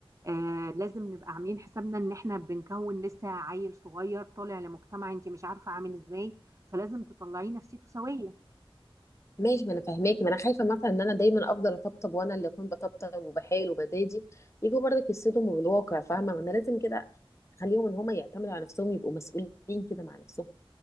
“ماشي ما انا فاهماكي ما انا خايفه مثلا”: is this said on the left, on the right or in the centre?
Left